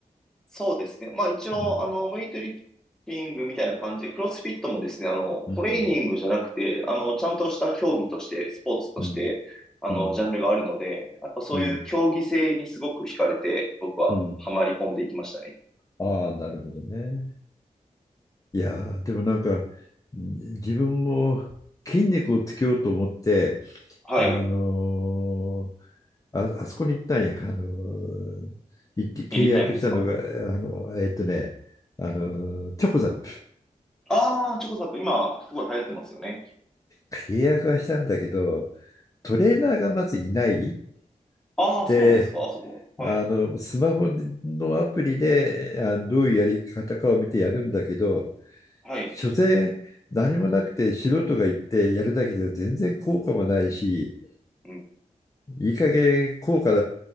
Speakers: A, in the centre; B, on the left.
A: そうですね。まあ一応、
B: うん、
A: あの、ウェイトリフティングみたいな感じで、クロスフィットもですね、あの、
B: うん、
A: トレーニングじゃなくて、あの、ちゃんとした競技として、スポーツとして、
B: うん、
A: あの、
B: う
A: ジャンルがあるので、やっぱそういう競技性にすごく惹かれて、
B: ん、
A: 僕はハマり込んでいきましたね。
B: うん。ああ、なるほどね。いやーでもなんか、じ自分も筋肉をつけようと思って、
A: はい。
B: あのーあ、あそこに行ったんよ。あのー行って契約したのが、
A: エニタイムですか
B: あの、えっとね、あのーチョコザップ。
A: ああー、チョコザップ、今、すごい流行ってますよね。
B: 契約はしたんだけど、トレーナーがまずいない。
A: ああ、
B: で、
A: そうなんですかあそこ。はい。
B: あの、スマホのアプリで、あのどういうやり方かを見てやるんだけど、
A: はい。
B: 所詮何もなくて素人が行ってやるだけじゃ全然効果もないし、
A: うん。
B: いい加減効果、あ